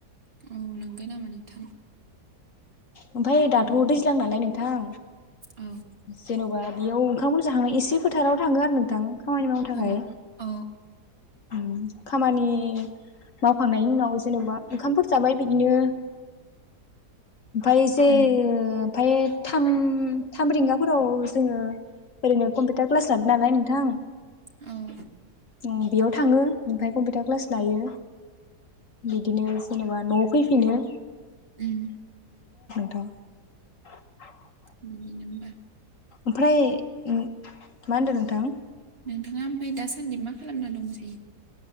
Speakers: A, on the right; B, on the left.
A: ओम नंगो नामा नोंथां
B: ओमफ्राय दाथ'
A: उम
B: दैज्लां नालाय नोंथां
A: औ
B: <unintelligible> जेनबा बेयाव <unintelligible> एसे फोथाराव थाङो आरो नोंथां खामानि मावनो थाखाय
A: अ औ
B: ओम खामानि मावखांनायनि उनाव जेन'बा ओंखामफोर जाबाय बिदिनो ओमफ्राय एसे
A: उम
B: ओ ओमफाय थाम थाम रिंगाफोराव जोङो ओरैनो कमपि टार क्लास हादों नालाय नोंथां
A: औ
B: ओम बेयाव थाङो ओमफ्राय कम्पिउटार क्लास लायो बिदिनो जेनबा न फैफिनो
A: ओम
B: <unintelligible>
A: बिदिनो होमबा
B: ओमफ्राय ओ मा होनदों नोंथां
A: नोंथाङा ओमफ्राय दासान दासान्दि मा खालामना दं <unintelligible>